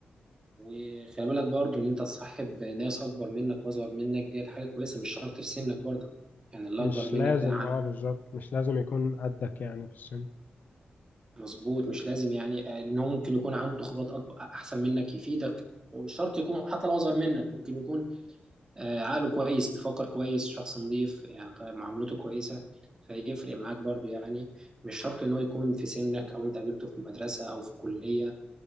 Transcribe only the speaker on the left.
مش
لازم
اه بالظبط مش لازم يكون قدك يعني في السن